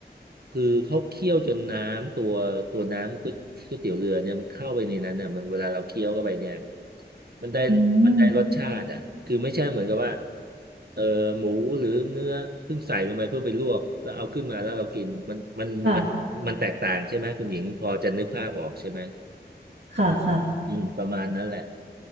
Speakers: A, on the right; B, on the right.
A: คือเขาเคี่ยวจนน้ำตัวตัวน้ำก๋วยก๋วยเตี๋ยวเรือเนี่ยมันเข้าไปในนั้นเนี่ยมันเวลาเราเคี้ยวเข้าไปเนี่ยมันได้มันได้รสชาติอ่ะคือไม่ใช่เหมือนกับว่า
B: อืม
A: เออหมูหรือเนื้อเพิ่งใส่ลงไปเพื่อไปลวกแล้วเอาขึ้นมาแล้วเรากินมันมันมันมันแตกต่างใช่ไหมคุณหญิงพอจะนึกภาพออกใช่ไหม
B: ค่ะค่ะค่ะ
A: อืมประมาณนั้นแหละ